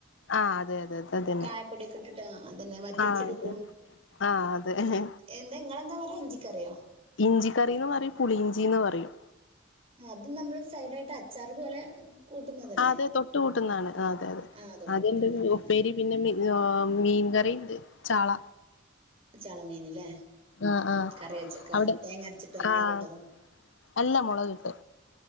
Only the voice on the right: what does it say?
കായപ്പൊടിക്കെട്ടിട്ട് അതെന്നെ വറ്റിച്ചെടുക്കും
എന്താ ഇങ്ങളെന്താ പറയാ ഇഞ്ചിക്കറിയോ?
അത് നമ്മ്ളരു സൈഡയിട്ട് അച്ചാറ് പോലെ കൂട്ടുന്നതല്ലേ
ആ തൊട്ട്
കൂട്ടുന്ന ഉം
ഉം
ചളമീന്ല്ലേ
കറിവെച്ചക്ക
തേങ്ങഅരച്ചിട്ടോ മുളകിട്ടതോ?